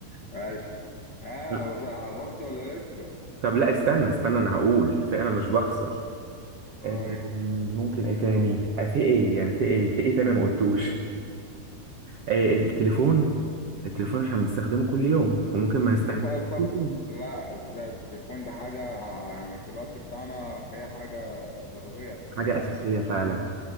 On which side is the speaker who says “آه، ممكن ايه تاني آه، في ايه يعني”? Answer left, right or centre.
Right